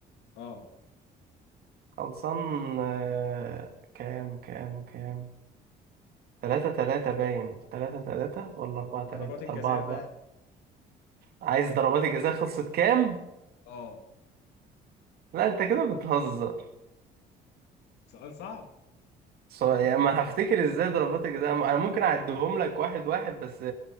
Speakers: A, on the left; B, on the right.
A: اه
B: خلصان آه، كام كام كام تلاتة تلاتة باين تلاتة تلاتة ولا أربعة
A: ضربات
B: تلاتة
A: الجزاء
B: أربعة أربعة
A: بقى
B: عايز ضربات الجزاء خلصت كام؟
A: اه
B: لا أنت كده بتهزر
A: سؤال صعب
B: صو... يعني ما هفتكر ازاي ضربات الجزاء انا ممكن اعدهم لك واحد واحد بس